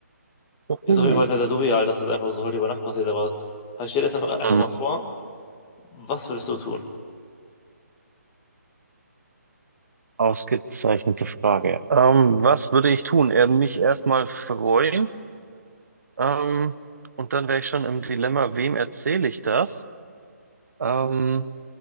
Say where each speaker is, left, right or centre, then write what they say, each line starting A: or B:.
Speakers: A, on the right (about 65°); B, on the left (about 20°).
A: uhu.
B: Ist auf jeden Fall sehr, sehr surreal, dass das einfach so heute über Nacht passiert, aber halt stell dir das einfach, einfach
A: Mhm.
B: mal vor. Was würdest du tun?
A: Ausgezeichnete Frage. Ähm, was würde ich tun? Äh, mich erstmal freuen. Ähm, und dann wäre ich schon im Dilemma, wem erzähle ich das? Ähm,